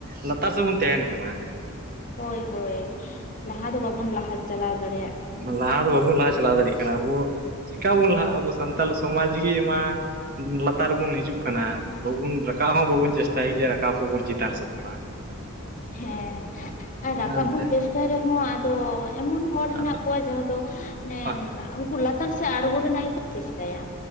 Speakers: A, on the right (about 40°); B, on the left (about 35°).
A: ᱞᱟᱛᱟᱨ ᱥᱮᱫ ᱵᱚᱱ ᱛᱟᱦᱮᱱ ᱠᱟᱱᱟ᱾
B: ᱦᱳᱭ ᱦᱳᱭ ᱞᱟᱦᱟ ᱫᱚ ᱵᱟᱵᱚᱱ ᱞᱟᱦᱟ ᱪᱟᱞᱟᱣ ᱫᱟᱲᱮᱭᱟᱜ ᱠᱟᱱᱟ᱾
A: ᱞᱟᱦᱟ ᱫᱚ ᱵᱟᱵᱚᱱ ᱞᱟᱦᱟ ᱪᱟᱞᱟᱣ ᱫᱟᱲᱮᱭᱟᱜ ᱠᱟᱱᱟ ᱟᱵᱚ ᱪᱤᱠᱟ ᱵᱚᱱ ᱞᱟᱦᱟᱜᱼᱟ ᱟᱵᱚ ᱥᱟᱱᱛᱟᱞ ᱥᱚᱢᱟᱡᱽ ᱜᱮᱢᱟ᱾ ᱞᱟᱛᱟᱨ ᱨᱮᱵᱚᱱ ᱦᱤᱡᱩᱜ ᱠᱟᱱᱟ ᱵᱟᱵᱚᱱ ᱨᱟᱠᱟᱵ ᱦᱚᱸ ᱵᱟᱵᱚᱱ ᱪᱮᱥᱴᱟᱭᱟ ᱡᱮ ᱨᱟᱠᱟ ᱠᱚᱵᱚᱱ ᱪᱮᱛᱟᱱ ᱥᱮ ᱛᱷᱚᱲᱟ᱾
B: ᱦᱮᱸ ᱟᱨ ᱨᱟᱠᱟᱵ
A: ᱮᱱᱛᱮ
B: ᱵᱚᱱ ᱪᱮᱥᱴᱟᱭ ᱨᱮᱦᱚᱸ ᱟᱫᱚ ᱮᱢᱚᱱ ᱦᱚᱲ ᱢᱮᱱᱟᱜᱮ
A: ᱟᱫᱚ
B: ᱠᱚᱣᱟ ᱡᱟᱦᱟᱸ ᱫᱚ ᱢᱟᱱᱮ
A: ᱢᱟ
B: ᱩᱱᱠᱩ ᱞᱟᱛᱟᱨ ᱥᱮᱫ ᱟᱬᱜᱚ ᱨᱮᱱᱟᱜ ᱪᱮᱥᱴᱟᱭᱟ᱾